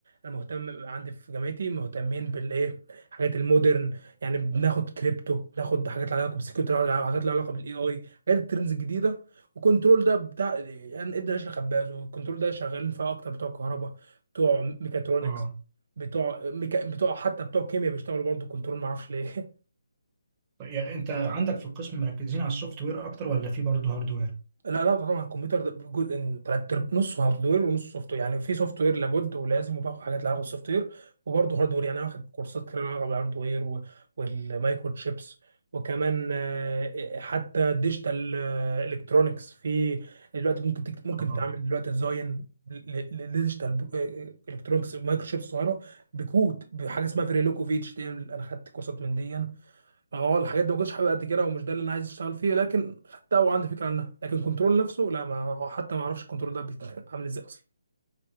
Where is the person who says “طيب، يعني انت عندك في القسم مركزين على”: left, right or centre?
Right